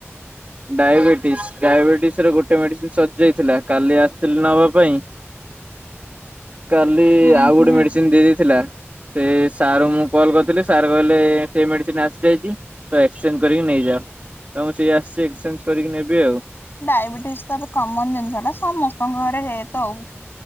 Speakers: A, on the right; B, on the left.
A: ଡାଏବେଟିସ୍ ଡାଏବେଟିସ୍ ରେ ଗୋଟେ ମେଡ଼ିସିନ୍ ସଜିଯାଇଥିଲା, କାଲି ଆସିଥିଲି ନବା ପାଇଁ।
B: <inaudible>
A: କାଲି
B: ଉଁ
A: ଆଉ
B: ହୁଁ।
A: ଗୋଟେ ମେଡ଼ିସିନ୍ ଦେଇ ଦେଇେଇଥିଲା। ସେ ସାର୍ ଙ୍କୁ ମୁଁ କଲ୍ କରିଥିଲି ସାର୍ କହିଲେ ସେ ମେଡ଼ିସିନ୍ ଆସି ଦେଇକି ତ ଏକ୍ସଚେଞ୍ଜ କରିକି ନେଇଯାଅ। ତ ମୁଁ ସେଇ ଆସିଛି ଏକ୍ସଚେଞ୍ଜ କରିକି ନେବି ଆଉ।
B: ଡାଏବେଟିସ୍ ତ ଏବେ କମନ୍ ଜିନିଷ ଟା ସମସ୍ତଙ୍କ ଘରେ ହେତ ଆଉ।